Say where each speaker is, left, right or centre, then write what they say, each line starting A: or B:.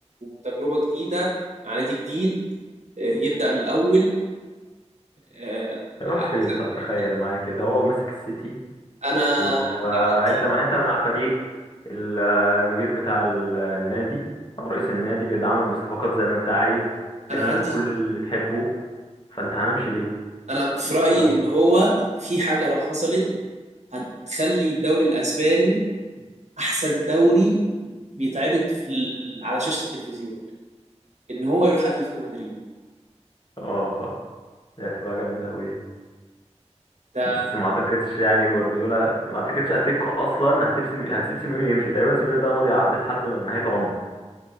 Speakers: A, on the right; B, on the left.
A: تجربة جديدة مع نادي جديد آه، يبدأ من الأول آه،
B: يروح
A: أحسن
B: فين طب
A: ما
B: تخيل
A: يبدأ.
B: معايا كده هو ماسك السيتي
A: أنا
B: وانت
A: عندي
B: مع انت مع فريق ال- المدير بتاع ال- النادي او رئيس النادي بيدعمك بصفقات زي ما انت عايز
A: أنا
B: بيعمل
A: عندي
B: لك كل اللي تحبه فانت هنمشي ليه
A: أنا في رأيي
B: عبد.
A: إن هو في حاجة لو حصلت هتخلي الدوري الأسباني أحسن دوري بيتعرض في ال... على شاشة التلفزيون إن هو يروح أتلتيكو مدريد
B: اه آه، دي هتبقى جامده قوي دي
A: ده
B: بس ما اعتقدش يعني جوارديولا ما اعتقدش اتلتيكو اصلا هتسيب سيمي- هتسيب سيميوني يمشي تقريبا سيميوني ده ماضي عقد لحد من نهايه عمره